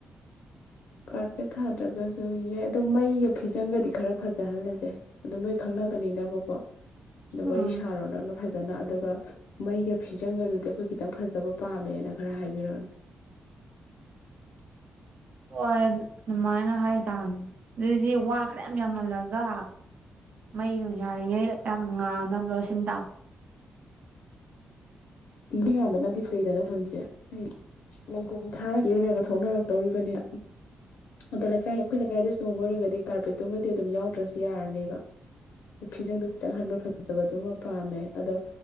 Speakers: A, on the left; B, on the right.
A: ꯀꯥꯔꯄꯦꯠ ꯊꯥꯗ꯭ꯔꯒꯁꯨ ꯌꯥꯏ ꯑꯗꯨ ꯃꯩꯒ ꯐꯤꯖꯪꯒꯗꯤ ꯈꯔ ꯐꯖꯍꯜꯂꯁꯦ ꯑꯗꯨ ꯅꯣꯏ ꯈꯪꯅꯕꯅꯤꯅꯕꯀꯣ ꯑꯗꯨ
B: ꯑꯥ
A: ꯋꯥꯔꯤ ꯁꯥꯔꯣ ꯐꯖ ꯐꯖꯅ ꯑꯗꯨꯒ ꯃꯩꯒ ꯐꯤꯖꯪꯒꯗꯨꯗꯤ ꯑꯩꯈꯣꯏ ꯈꯤꯇꯪ ꯐꯖꯕ ꯄꯥꯝꯃꯦꯅ ꯈꯔ ꯍꯥꯏꯕꯤꯔꯣꯅꯦ
B: ꯍꯣꯏ <unintelligible> ꯑꯗꯨꯗꯤ ꯋꯥ ꯈꯔ ꯌꯥꯝ ꯌꯥꯝꯍꯜꯂꯒ ꯃꯩꯗꯣ ꯌꯥꯔꯤꯉꯩꯗ ꯌꯥꯝ ꯉꯥꯅꯕ ꯁꯤꯟ
A: ꯃꯤ ꯌꯥꯝꯕꯅꯗꯤ ꯐꯩꯗꯅ <unintelligible> <unintelligible> ꯊꯥꯔꯒ ꯌꯦꯉꯒ ꯊꯣꯛꯅꯔꯛꯇꯧꯔꯤꯕꯅꯤꯅ ꯑꯗ ꯂꯩꯀꯥꯏ ꯑꯩꯈꯣꯏ ꯂꯩꯀꯥꯏꯗꯁꯨ ꯅꯣꯡꯕ ꯑꯣꯏꯔꯒꯗꯤ ꯀꯥꯔꯄꯦꯠꯇꯨꯃꯗꯤ ꯑꯗꯨꯝ ꯌꯥꯎꯗ꯭ꯔꯁꯨ ꯌꯥꯔꯅꯦꯕ ꯑ ꯐꯤꯖꯪꯗꯣ ꯈꯤꯇꯪ ꯍꯟꯕ ꯐꯖꯕꯗꯨꯃ ꯄꯥꯝꯃꯦ ꯑꯗꯣ